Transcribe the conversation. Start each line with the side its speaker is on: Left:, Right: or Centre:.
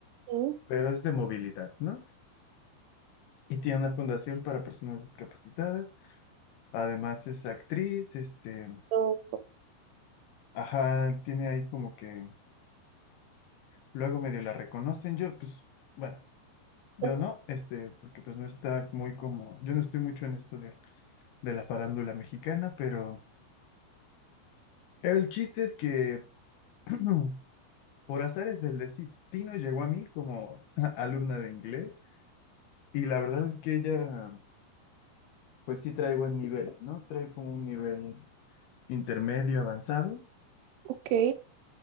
Right: Mm,
Left: pero es de movilidad, ¿no? Y tiene una fundación para personas discapacitadas. Además es actriz, este,
Right: No.
Left: ajá, tiene ahí como que luego medio la reconocen. Yo, pues, bueno, yo
Right: O-
Left: no, este, porque pues no está muy como, yo no estoy mucho en esto de, de la farándula mexicana, pero el chiste es que <clears throat> por azares del destino llegó a mí como <laughs> alumna de inglés y la verdad es que ella, pues sí trae buen nivel, ¿no? Trae como un nivel intermedio avanzado.
Right: Ok.